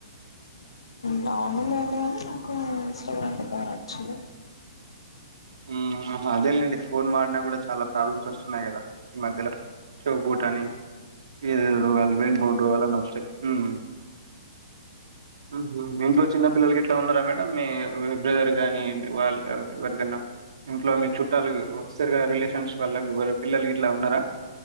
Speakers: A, on the left; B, on the right.
A: మామూలే అండి కాని నాకు ఇన్స్టగ్రామ్ పగద్దగా నచ్చదు
B: ఉమ్ నా అదేలేండి ఫోన్ వాడినా కూడా చాలా ప్రాబ్లమ్స్ వస్తున్నాయి కదా ఈ మధ్యలో చెవి పోటు అని ఏ రో <unintelligible> పోవాల <unintelligible> ఊ ఊహూ ఇంట్లో చిన్న పిల్లలు గిట్లా ఉన్నారా మేడం మీ బ్రదర్ గాని వాళ్ళ ఎవరిదన్నా ఇంట్లో మీ చుట్టాలు ఉంచుతారుగా రిలేషన్స్ వాళ్ళకి బోలే పిల్లలు గిట్లా ఉన్నారా